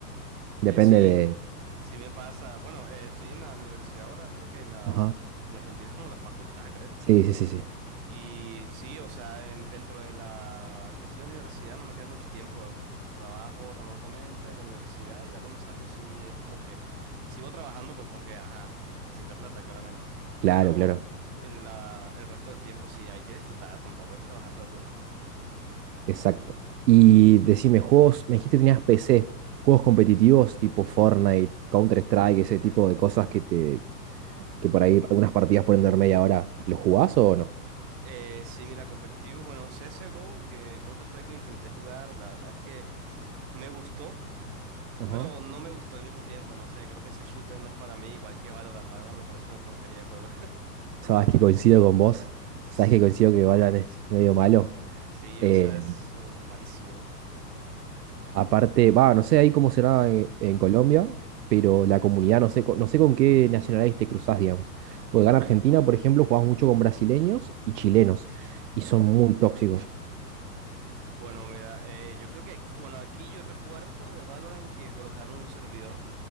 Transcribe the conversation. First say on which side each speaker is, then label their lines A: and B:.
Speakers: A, on the right (about 75°); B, on the right (about 40°).
A: Depende
B: Eh, sí.
A: de...
B: Sí me pasa, bueno, eh, estoy en la universidad ahora, creo que en la,
A: Ajá.
B: en Argentina es como la facultad, creo.
A: Sí, sí, sí, sí.
B: Y sí, o sea, en- dentro de la, que estoy en la universidad no me queda mucho tiempo, su trabajo remotamente, la universidad, y ya cuando salgo sí es como que sigo trabajando pues porque, ajá, necesita plata claramente.
A: Claro,
B: Pero
A: claro,
B: el, la- el resto del tiempo sí hay que disfrutar, tampoco es trabajar todo el tiempo.
A: exacto. Y decime, juegos, me dijiste que tenías PC, juegos competitivos tipo Fortnite, Counter-Strike, ese tipo de cosas que te, que por ahí algunas partidas pueden durar media hora, ¿los jugás o no?
B: Eh, sí, mira, competitivos, bueno, CSGO, que Counter-Strike lo intenté jugar, la verdad es que... Me gustó,
A: Ajá.
B: Pero no me gustó al mismo tiempo, no sé, creo que ese shooter no es para mí, igual que Valorant. Valorant me parece una porquería de juego.
A: Sabes que coincido con vos,
B: <laughs> Uf,
A: sabes que coincido que Valorant es medio malo.
B: Sí,
A: Eh,
B: o sea, es oh, malísimo.
A: aparte, va, no sé ahí cómo será en, en Colombia, pero la comunidad, no sé, con- no sé con qué nacionalidades te cruzás, digamos. Porque acá en Argentina, por ejemplo, jugás mucho con brasileños y chilenos, y son muy tóxicos.
B: Bueno, mira, eh, yo creo que, aquí- bueno, aquí yo recuerdo de Valorant que colocaron un servidor